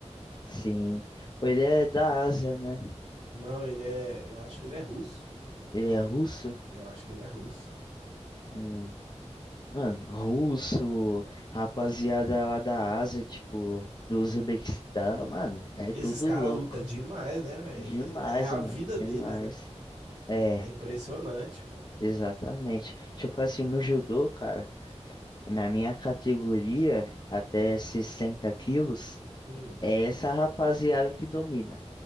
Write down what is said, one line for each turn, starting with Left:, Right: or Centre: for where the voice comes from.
Left: sim. Ele é da Ásia, né?
Right: Não, ele é. Eu acho que ele é russo.
Left: Ele é russo?
Right: Eu acho que ele é russo.
Left: Hum. Mano, russo, rapaziada lá da Ásia, tipo, do Uzbequistão, mano, é
Right: Esses
Left: tudo
Right: caras
Left: louco.
Right: lutam demais, né, velho?
Left: Demais,
Right: <laughs> É a
Left: mano,
Right: vida
Left: demais.
Right: deles, né?
Left: É,
Right: É impressionante, pô.
Left: exatamente. Tipo assim, no judô, cara, na minha categoria, até 60 quilos,
Right: Hum,
Left: é essa rapaziada que domina.